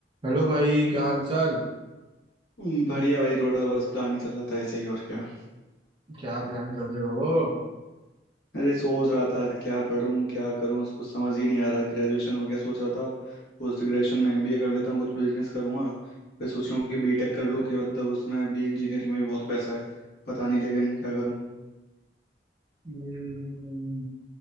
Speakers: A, on the right; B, on the left.
A: Hello भाई क्या हाल चाल
B: हम्म, बढ़िया भाई थोड़ा बस प्लानिंग चल रहा था ऐसे ही और क्या
A: क्या प्लान कर रहे हो
B: अरे सोच रहा था क्या पढूं क्या करूं कुछ समझ ही नहीं आ रहा ग्रेजुएशन हो गया सोच रहा था पोस्ट ग्रेजुएशन में एमबीए कर लेता हूँ कुछ बिजनेस करूंगा फिर सोच रहा हूँ कि बीटेक कर लूँ कि मतलब उसमें भी इंजीनियरिंग में भी बहुत पैसा है पता नहीं लेकिन क्या करूँ
A: हम्म,